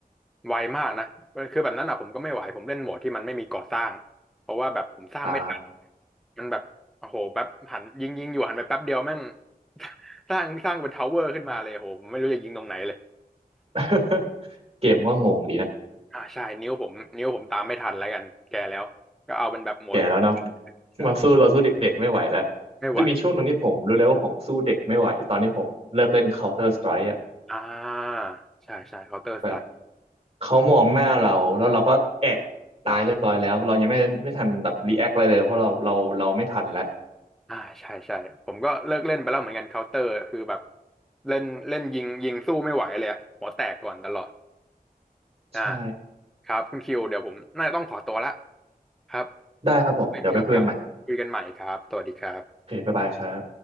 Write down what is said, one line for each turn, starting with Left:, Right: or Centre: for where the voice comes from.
Centre: ไวมากนะคือแบบนั้นอ่ะผมก็ไม่ไหวผมเล่นโหมดที่มันไม่มีก่อสร้างเพราะว่าแบบผมสร้างไม่ทัน
Right: อ่า
Centre: มันแบบโอ้โหแป๊บหันยิงยิงอยู่หันไปแป๊บเดียวแม่ง <laughs> สร้างสร้างเป็นทาวเวอร์ขึ้นมาเลยโหผมไม่รู้จะยิงตรงไหนเลย
Right: <laughs> เกมก็งงดีนะ
Centre: อ่าใช่นิ้วผมนิ้วผมตามไม่ทันแล้วกันแก่แล้วก็เอาเป็นแบบหมด
Right: แก่แล้วเนาะ
Centre: ใช่
Right: มาสู้เราสู้เด็กๆไม่ไหวแล้ว
Centre: ไม่ไหว
Right: จะมีช่วงหนึ่งที่ผมรู้แล้วว่าผมสู้เด็กไม่ไหวตอนนี้ผมเลิกเล่น Counter Strike อ
Centre: อ่าใช่ใช่เคาน์เตอร์สไตล์
Right: ะ เขามองหน้าเราแล้วเราก็แอะตายเรียบร้อยแล้วเรายังไม่ไม่ทันแบบรีแอคอะไรเลยเพราะเราเราเราไม่ทันแล้ว
Centre: อ่าใช่ใช่ผมก็เลิกเล่นไปแล้วเหมือนกันเคาน์เตอร์คือแบบเล่นเล่นยิงยิงสู้ไม่ไหวเลยอะหัวแตกก่อนตลอดอ่า
Right: ใช่
Centre: ครับคุณคิวเดี๋ยวผมน่าจะต้องขอตัวละครับ
Right: ได้ครับผมเดี๋ยวไปคุยกันใหม่
Centre: ไม่มีโอกาสคุยกันใหม่ครับสวัสดีครับ
Right: โอเคบ๊ายบายครับ